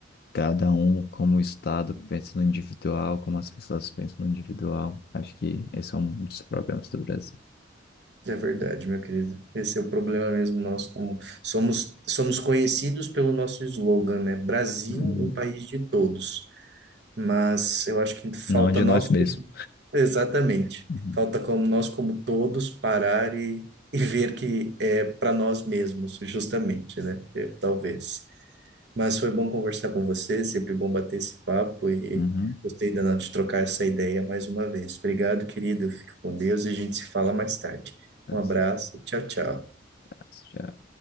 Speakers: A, on the left (about 55°); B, on the right (about 60°).
A: cada um, como o Estado, pensa no individual, como as pessoas pensam no individual. Acho que esse é um dos problemas do Brasil.
B: é verdade, meu querido. Esse é o problema mesmo nosso, como somos, somos conhecidos pelo nosso slogan, né? Brasil,
A: Hum,
B: um país de todos. Mas eu acho que falta
A: Não de
B: nós
A: nós mesmos.
B: Exatamente.
A: Uhum.
B: Falta como nós, como todos, parar e, e ver que é para nós mesmos, justamente, né? É, talvez. Mas foi bom conversar com você, sempre bom bater esse papo e
A: Uhum.
B: gostei danado de trocar essa ideia mais uma vez. Obrigado, querido. Fica com Deus e a gente se fala mais tarde.
A: Tá
B: Um abraço,
A: certo.
B: tchau, tchau.
A: Já